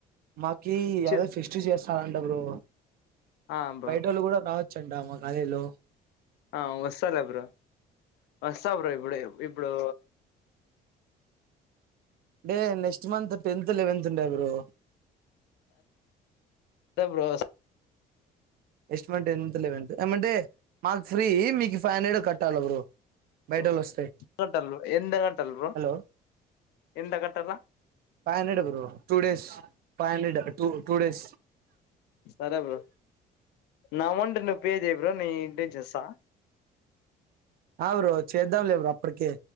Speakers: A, on the right; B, on the left.
A: మాకి యాదో
B: చు
A: ఫెస్టివ్ చాస్ ఆ అంట బ్రో
B: ఆ బ్రో
A: బయటోళ్లు కూడా రా చెండా మా గాయలో
B: ఆ వస్తాలే బ్రో వస్తా బ్రో ఇప్పుడే ఇప్పుడు
A: day next month tenth eleventh ఉండే bro
B: <unintelligible> bros
A: estimate tenth eleventh ఏమంటే మాకు ఫ్రీ మీకు ఫైవ్ హండ్రెడ్ కట్టాల బ్రో బయటోళ్ళు
B: <unintelligible>
A: వస్తే
B: ఎంత కట్టాల్ బ్రో
A: హలో
B: ఎంత కట్టాల
A: five hundred bro two days five hundred two two days
B: సరే బ్రో నామంట్ <unintelligible> పే చెయ్ బ్రో నే ఇంటెం చేస్తా
A: ఆ బ్రో చేద్దాం లే బ్రో అప్పటికే